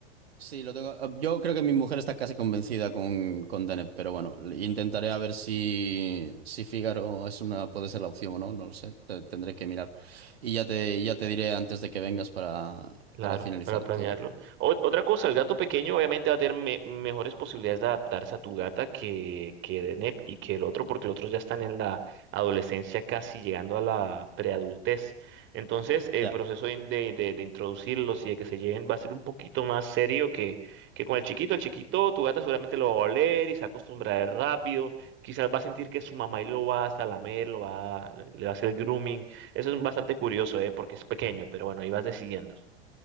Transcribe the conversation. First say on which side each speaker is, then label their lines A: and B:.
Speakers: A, on the right (about 70°); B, on the right (about 35°).
A: Sí, lo tengo. Ah, Yo creo que mi mujer está casi convencida con, con Dennett, pero bueno, intentaré a ver si, si Fígaro es una, puede ser la opción o no, no lo sé. te- tendré que mirar. Y ya te, ya te diré antes de que vengas para,
B: Claro,
A: para finalizar
B: para planearlo.
A: todo.
B: O- otra cosa, el gato pequeño obviamente va a tener me- mejores posibilidades de adaptarse a tu gata que, que Deneb y que el otro, porque el otro ya están en la adolescencia casi llegando a la preadultez. Entonces, el
A: Ya.
B: proceso de, de- de- de introducirlos y de que se lleven va a ser un poquito más serio que, que con el chiquito. El chiquito, tu gata seguramente lo va a oler y se va a acostumbrar rápido. Quizás va a sentir que su mamá y lo va hasta lamer, lo va, le va a hacer el grooming. Eso es bastante curioso, ¿eh? Porque es pequeño, pero bueno, ahí vas decidiendo.